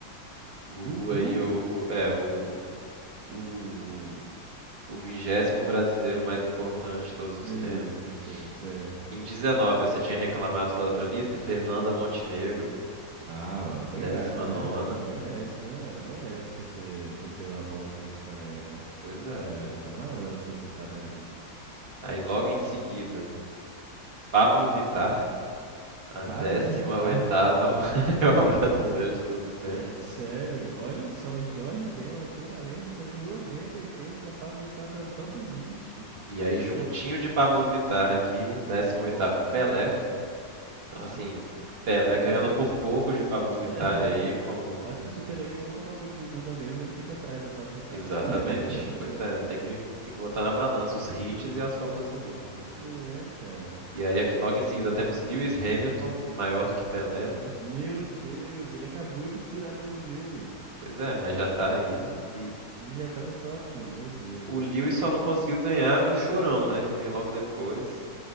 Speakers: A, on the right (about 35°); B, on the right (about 60°).
A: Gugu
B: Gugu?
A: aí o, o- é o,
B: O.
A: o vigésimo brasileiro mais importante de todos os
B: Beleza,
A: tempos.
B: perfeito. É.
A: Em 19, você tinha reclamado da outra lista, Fernanda Montenegro,
B: Ah, ó, obrigado,
A: décima
B: né?
A: nona.
B: Acho que merece, né? Ela merece por ser, por ser uma boa atriz que ela é, né?
A: Pois é.
B: Já, já tava na hora dela ser citada na lista.
A: Aí logo em seguida, Pablo Vittar, a
B: Pablo
A: décima
B: Vittar,
A: oitava <laughs> maior brasileira de todos
B: <laughs>
A: os tempos.
B: é sério. Olha só, o Jorge Ben e o Alceu Valença estão em 90, oitenta e a Pablo Vittar tá no top 20.
A: E aí juntinho
B: Beleza.
A: de Pablo Vittar aqui, 18 oitavo Pelé. Então
B: Ah,
A: assim, Pelé
B: beleza,
A: ganhando
B: né?
A: por pouco de Pablo Vittar
B: É.
A: aí como
B: Acho que se o Pelé ganha uma Copa do Mundo a menos, ele fica atrás da Pablo Vittar.
A: Exatamente.
B: <laughs>
A: Pois é, né? Tem que, tem que botar na balança os hits e as Copas do Mundo, né?
B: Não é, cara.
A: E aí aqui logo em seguida temos Lewis Hamilton, maior do que Pelé, né?
B: Meu Deus, ele acabou de inspirar brasileiro.
A: Pois é, mas já tá aí. E,
B: E já tá no top, meu Deus.
A: O Lewis só não conseguiu ganhar do Chorão, né? Que vem logo depois.